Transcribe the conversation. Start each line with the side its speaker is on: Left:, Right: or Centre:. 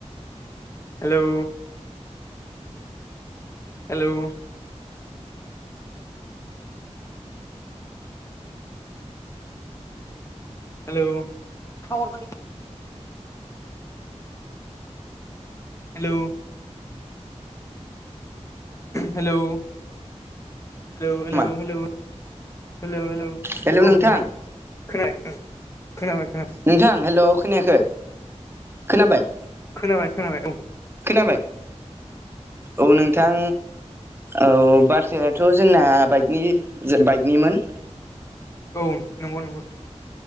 Left: hello hello hello <unintelligible> hello hello hello hello
Right: मा
Left: हेलौ हेलौ
Right: हेल'
Left: औ
Right: नोंथां
Left: खोनाय खोनाबाय खोनाबाय।
Right: नोंथां हेलौ खोनायाखै खोनाबाय?
Left: खोनाबाय खोनाबाय औ
Right: खोनाबाय औ नों बिथां औ बाथ्रायाथ' जोंना बाइकनि बाइकनिमोन।
Left: औ नंगौ नंगौ।